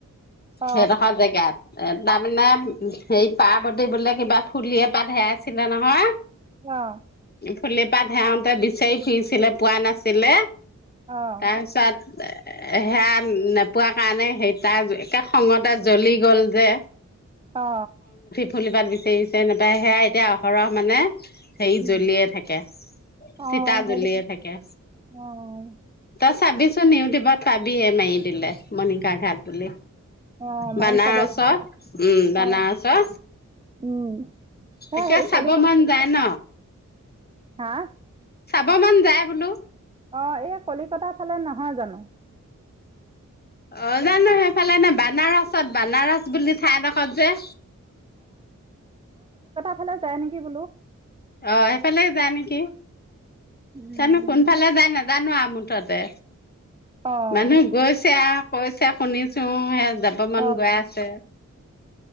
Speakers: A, on the right (about 20°); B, on the left (about 30°).
A: অঁ
B: সেইডোখৰ জেগাত, এ তাৰমানে উ', সেই পাৰ্বতী বোলে কিবা ফুলি এপাতহে হেৰাইছিলে নহয়।
A: অ।
B: ফুলিৰ পাত হেৱাতে বিচাৰি ফুৰিছিলে পোৱা নাছিলে।
A: অঁ
B: তাৰপাছত হেয়া নোপোৱা কাৰণে সেই তাৰ একে খঙতে জ্বলি গ'ল যে।
A: অ।
B: ফুলি পাত বিচাৰি বিচাৰি নাপাই সেয়া এতিয়া আহৰহ মানে, হেৰি
A: উম,
B: জ্বলিয়ে থাকে
A: অ',
B: চিতা
A: সেইটো
B: জ্বলিয়ে থাকে
A: অ',
B: তাৰ চাবিচোন ইউটিউবত পাবিহে মাৰি দিলে মণিকা ঘাট বুলি।
A: অ', মাৰি
B: বানাৰসৰ
A: চাব লাগিব,
B: উম বানাৰস
A: অ', উম। হে
B: তেতিয়া
A: হেৰি
B: চাব
A: কলিকতা
B: মন যায় ন।
A: হা
B: চাব মান যায় বোলো।
A: অ এই কলিকতাৰ ফালে নহয় জানো?
B: অ জানো সেইফালে নে বানাৰস বনাৰস বুলি থাই দখত যে
A: সেফালে যায় নেকি বোলো।
B: অ সেইফালে যাই নেকি?
A: উম।
B: জানো কোনফালে যাই নাজানো। জানোৱা মুঠতে
A: অ',
B: মানুহ গৈছে আ কৈছে শুনিছো সে যাব মান
A: অ',
B: গৈ আছে।